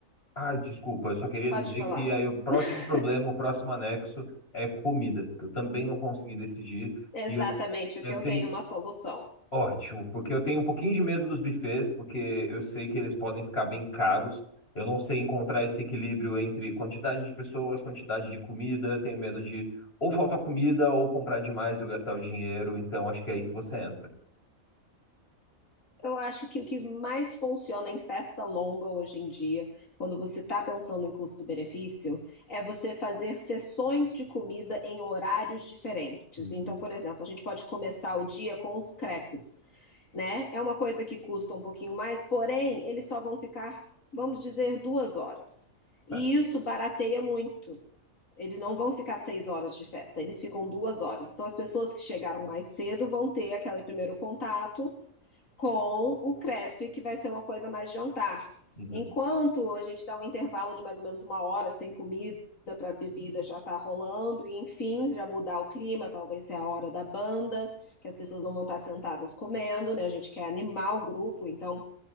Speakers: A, on the left; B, on the left.
A: Ah, desculpa, eu só queria
B: Pode
A: dizer
B: falar.
A: que aí o próximo
B: <laughs>
A: problema, o próximo anexo é comida, que eu também não consegui decidir
B: Exatamente,
A: e eu,
B: o
A: eu
B: que eu
A: tenho
B: tenho é uma solução.
A: Ótimo, porque eu tenho um pouquinho de medo dos buffets, porque eu sei que eles podem ficar bem caros. Eu não sei encontrar esse equilíbrio entre quantidade de pessoas, quantidade de comida. Tenho medo de ou faltar comida ou comprar demais e eu gastar o dinheiro. Então acho que é aí que você entra.
B: Eu acho que o que mais funciona em festa longa hoje em dia, quando você está pensando em custo-benefício, é você fazer sessões de comida em horários diferentes.
A: Hum,
B: Então, por exemplo, a gente pode começar o dia com os crepes, né? É uma coisa que custa um pouquinho mais, porém, eles só vão ficar, vamos dizer, duas horas. E
A: Tá.
B: isso barateia muito. Eles não vão ficar seis horas de festa, eles ficam duas horas. Então, as pessoas que chegaram mais cedo vão ter aquele primeiro contato com o crepe, que vai ser uma coisa mais jantar.
A: Uhum.
B: Enquanto a gente dá um intervalo de mais ou menos uma hora sem comida para a bebida já tá rolando, e enfim, já mudar o clima, talvez seja a hora da banda, que as pessoas não vão estar sentadas comendo, né? A gente quer animar o grupo, então